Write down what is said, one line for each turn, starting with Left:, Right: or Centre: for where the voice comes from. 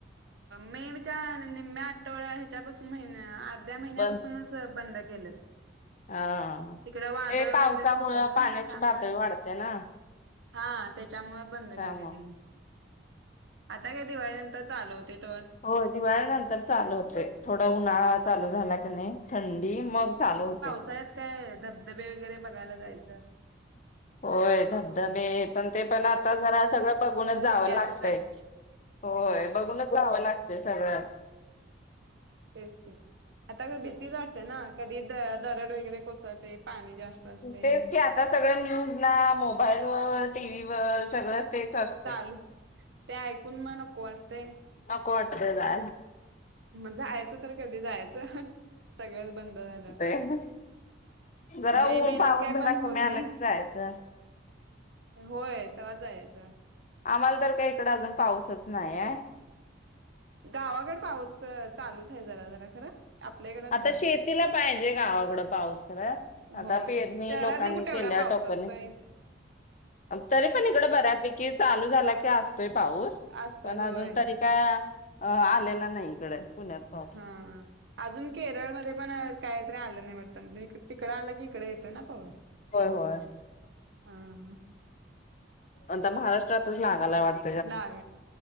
Right: मेच्या निम्म्या आठवड्या ह्याच्यापासून महिन्या अर्ध्या महिन्यापासूनच
Left: बंद
Right: बंद केलं
Left: हा
Right: तिकडे वादळ
Left: ते पावसामुळं
Right: वगैरे सुकलेलं ना
Left: पाण्याची
Right: त्यामुळे
Left: पातळी वाढते ना
Right: हा त्याच्यामुळे बंद
Left: त्यामुळं
Right: केले त्यांनी आता का दिवाळी नंतर चालू हो ते त
Left: हो दिवाळीनंतर चालू होते थोडा उन्हाळा चालू झाला
Right: हम्म
Left: की नाही थंडी मग चालू होते
Right: त काय धबधबे वगैरे बघायला जायच
Left: होय धबधबे पण ते पण आता जरा सगळं बघूनच
Right: धोक्याचच
Left: जावं लागतंय
Right: आहे
Left: होय बघूनच जावं लागतय सगळ्यात
Right: तेच ते आता भीतीच वाटतेय ना कधी द दरड वगैरे कोचळते पाणी जास्त असते
Left: तेच
Right: हे
Left: की आता सगळं न्यूज ला मोबाईल व टी व्ही वर सगळं तेच असते
Right: चालू ते ऐकून मग नको वाटतय
Left: नक वात झा
Right: मग जायचं तर कधी जायचं सगळच बंद झालं
Left: ह जरा
Right: मग मेहनत
Left: पाऊस
Right: काय
Left: जरा
Right: पण होत
Left: कमी आला
Right: नाही
Left: की जायचं
Right: होय ते वा जा याचं
Left: आम्हाला तर का इकड अजून पाऊसच नाहीय
Right: गावाकड पाऊस चालूच आहे जरा जरा खरं आपल्याकड नाही
Left: आता शेतीला पाहिजे गावाकडं पाऊस खरं. आता
Right: होय
Left: पेरणी
Right: शहरात
Left: लोकांनी
Right: नाही कुठे एवढा
Left: केल्या
Right: पाऊस
Left: टोकनी.
Right: सस्त आहे
Left: तरी पण इकडं बऱ्यापैकी चालू झाला की असतोय पाऊस
Right: असतोय
Left: पण अजून
Right: होय
Left: तरी काय आलेला नाही इकडे पुण्यात पाऊस.
Right: हा अजून केरळमध्येध्ये पण काहीतरी आलं नाही म्हटत इ तिकडं आलं की इकडे येतो ना पाऊस
Left: होय होय
Right: हा
Left: आता महाराष्ट्रातून लागाला वाट
Right: लाग